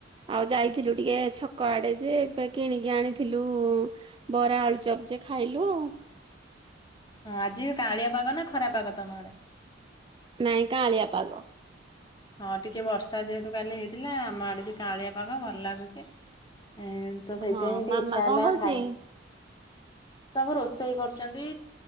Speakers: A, on the right; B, on the left.
A: ଆଉ ଯାଇଥିଲୁ ଟିକେ ଛକ ଆଡେ ଯେ ପେ କିଣିକି ଆଣିଥିଲୁ ବରା, ଆଳୁଚପ୍ ଯେ ଖାଇଲୁ ଆଉ।
B: ହଁ ଆଜି ବି କାଉଁଳିଆ ପାଗ ନା ଖରା ପାଗ ତମ ଆଡେ?
A: ନାଇଁ କାଆଁଳିଆ ପାଗ।
B: ହଁ ଟିକେ ବର୍ଷା ଯେହେତୁ କାଲି ହେଇଥିଲା ଆମ ଆଡେ ବି କାଉଁଳିଆ ପାଗ ଭଲ୍ ଲାଗୁଚି ଏଁ ତ ସେଇଥିପାଇଁ
A: ହଁ
B: ଟିକେ
A: ମାମା
B: ଇଚ୍ଛା
A: କଣ
B: ହେଲା
A: କରୁଛି?
B: ଖାଇ ସବୁ ରୋଷେଇ କରୁଚନ୍ତି